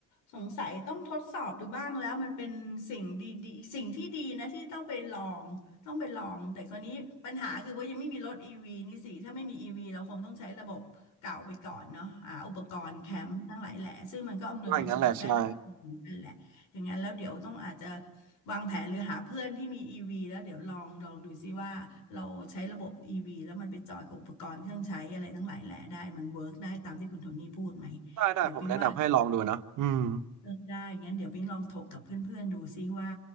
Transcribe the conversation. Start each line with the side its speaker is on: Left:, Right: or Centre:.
Left: สงสัยต้องทดสอบดูบ้างแล้วมันเป็นสิ่งดีๆสิ่งที่ดีนะที่ต้องไปลองต้องไปลองแต่คราวนี้ปัญหาคือว่ายังไม่มีรถอีวีนี่สิถ้าไม่มีอีวีเราคงต้องใช้ระบบเก่าไปก่อนเนาะอ่าอุปกรณ์แคมป์ทั้งหลายแหละซึ่งมันก็อำนวยความสะดวกได้ระดับหนึ่งนั่นแหละอย่างนั้นแล้วเดี๋ยวต้องอาจจะ
Right: ว่าอย่างนั้นแหละใช่
Left: วางแผนหรือหาเพื่อนที่มีอีวีแล้วเดี๋ยวลองลองดูซิว่าเราใช้ระบบอีวีแล้วมันไปจอยกับอุปกรณ์เครื่องใช้อะไรทั้งหลายแหละได้มันเวิร์กได้ตามที่คุณโทนี่พูดไหม
Right: ได้ได้ผมแนะนำให้ลองดูนะอืม
Left: เดี๋ยวปิ๊งว่าเออได้งั้นเดี๋ยวปิ๊งลองถกกับเพื่อนๆดูซิว่า